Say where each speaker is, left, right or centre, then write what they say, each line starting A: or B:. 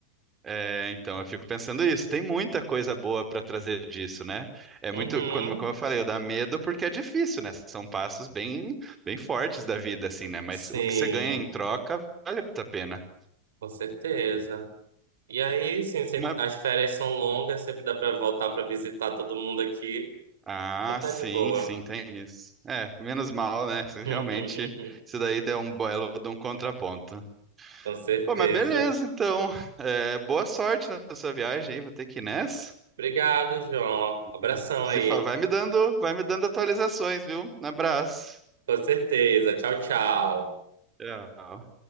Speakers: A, on the right; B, on the right.
A: É, então, eu fico pensando isso. Tem muita coisa boa para trazer disso, né? É
B: Uhum.
A: muito, quando- como eu falei, dá medo porque é difícil, né? São passos bem, bem fortes da vida, assim, né? Mas
B: Sim,
A: o que você ganha em troca vale muito a pena.
B: com certeza. E aí, sim, se-
A: Mas-
B: as férias são longas, sempre dá pra voltar pra visitar todo mundo aqui.
A: Ah,
B: Então tá
A: sim,
B: de boa.
A: sim, tem isso. É, menos mal, né?
B: <laughs>
A: Realmente, isso daí é um belo de um contraponto.
B: Com certeza.
A: Pô, mas beleza, então. É, boa sorte na sua viagem aí, vou ter que ir nessa.
B: Obrigado, João. Abração
A: E se
B: aí.
A: fa- vai me dando, vai me dando atualizações, viu? Um abraço.
B: Com certeza. Tchau, tchau.
A: Tchau.